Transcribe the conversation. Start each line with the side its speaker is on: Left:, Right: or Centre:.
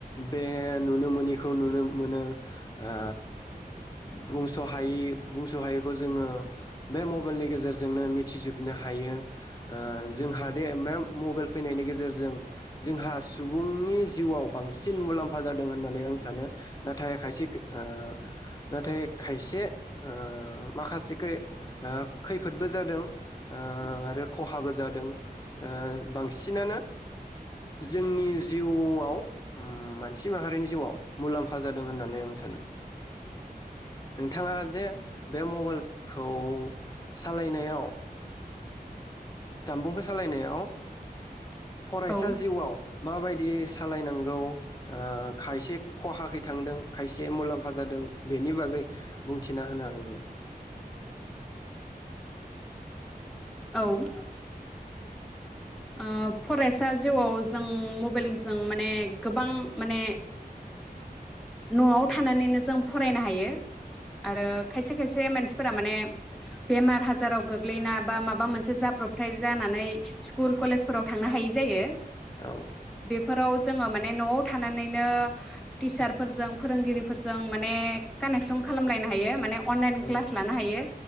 Left: बे नुनो मोनिखौ नुनो मोनो ओ बुंस'हायि बुंस'हायैखौ जोङो बे मबेइलनि गेजेरजोंनो मिथिजोबनो हायो ओ जोंहा दे बे मबेइल फैनायनि गेजेरजों जोंहा सुबुंनि जिउआव बांसिन मुलाम्फा जादों होननानै आं सानो नाथाय खायसे ओ नाथाय खायसे ओ माखासेखौ खैफोदबो जादों आरो खहाबो जादों ओ बांसिनानो जोंनि जिउआव उम सि माहारिनि जिउआव मुलाम्फा जादों होननानै आं सानो नोंथाङा जे बे मबाइल खौ सालाय नायनाय ओ जानबुंखौ सालायनायाव फरायसा
Centre: औ
Left: जिउआव माबायदि सालायनांगौ ओ खायसे खहाखै थांदों खायसे मुलाम्फा जादों बेनि बागै बुंथिना होनो हागोन नामा?
Centre: औ ओ फराय फरायसा जिउआव जों म मबेइल जों माने गोबां माने न'आव थानानैनो जों फरायनो हायो। आरो खायसे खायसे मानसिफोरा माने बेमार आजाराव गोग्लैना बा माब माबा मोनसे जाब्रब थाय जानानै स्कुल कलेजफोराव थांनो हायि जायो।
Left: औ
Centre: बेफोराव जोङो माने न'आव थानानैनो टिचारफोरजों फोरोंगिरिफोरजों माने कानेक्सन खालामलायनो हायो माने अनलाइन
Left: औ
Centre: क्लास लानो हायो